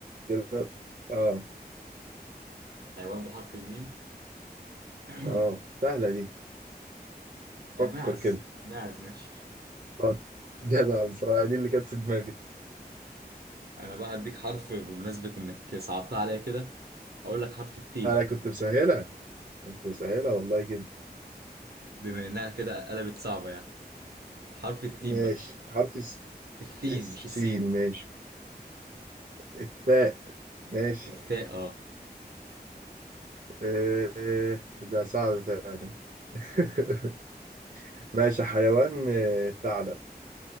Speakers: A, on the right; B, on the right.
A: كده اه
B: حيوان بحرف الميم <clears throat>
A: اه سهلة دي
B: آه،
A: فكر
B: ماعز
A: كده
B: ماعز ماشي
A: طب. جدع بصراحة دي اللي كانت في دماغي
B: أنا بقى هديك حرف بمناسبة إنك صعبتها عليا كده هقول لك حرف الثين
A: انا كنت مسهلها أنا كنت مسهلها والله كده
B: بما إنها كده قلبت صعبة يعني حرف الثين
A: ماشي
B: بقى
A: حرف الس-
B: الثين
A: السين
B: مش السين
A: ماشي الثاء ماشي
B: الثاء اه
A: آه، ده صعب فعلا <laughs> ماشي حيوان آه، ثعلب